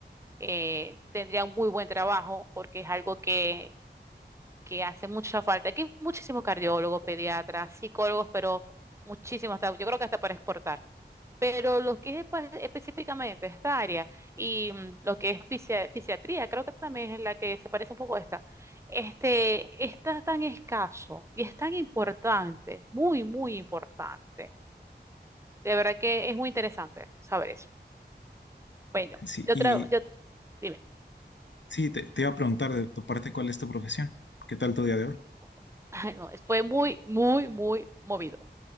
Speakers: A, on the right (about 15°); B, on the left (about 80°).
A: eh, tendría un muy buen trabajo porque es algo que, que hace mucha falta. Aquí hay muchísimos cardiólogos, pediatras, psicólogos, pero muchísimos, hasta- yo creo que hasta para exportar. Pero lo que es espe- específicamente esta área y mm, lo que es fisia- fisiatría, creo que también es la que se parece un poco a esta, este, está tan escaso y es tan importante, muy, muy importante. De verdad que es muy interesante saber eso. Bueno,
B: Sí,
A: yo,
B: y
A: tra- yo dime,
B: sí, te, te iba a preguntar de tu parte cuál es tu profesión, qué tal tu día de hoy.
A: <laughs> Ay, no, fue muy, muy, muy movido.